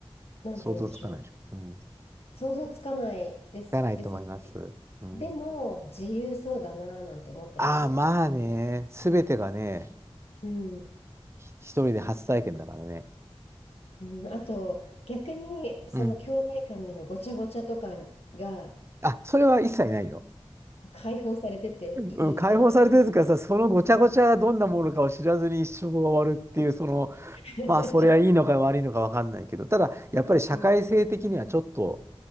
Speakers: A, on the left; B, on the right.
A: なんて言うんでしょう。
B: 想像つかないでしょ。うん。つ
A: 想像つかないです、
B: かないと思います。
A: ですし。
B: うん。
A: でも、自由そうだなぁなんて思ったりします。
B: ああ、まあね、すべてがね、
A: うん。
B: ひ一人で初体験だからね。
A: うん、あと、逆に、その兄弟間でのごちゃごちゃとかが
B: うん。あ、それは一切ないよ。
A: 解放されてていいなぁ。
B: うん、解放されてるからさ、そのごちゃごちゃがどんなものかを知らずに一生が終わるっていう、その、
A: <laughs>
B: まあ、それはいいのか悪いのかわかんないけど、ただ、やっぱり社会性的にはちょっと、
A: うん